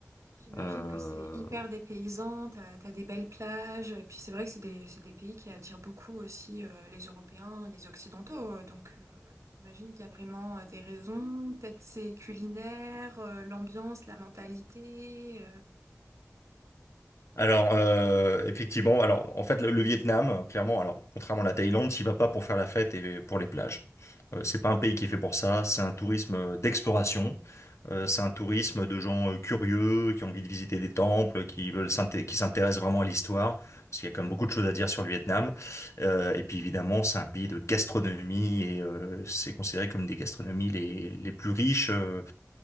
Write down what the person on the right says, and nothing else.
J'imagine
que c'est hyper dépaysant, t'as, t'as des belles plages, euh, puis c'est vrai que c'est des, c'est des pays qui attirent beaucoup aussi euh, les Européens, les Occidentaux, euh, donc euh, j'imagine qu'il y a vraiment euh, des raisons, peut-être c'est culinaire, euh, l'ambiance, la mentalité. euh.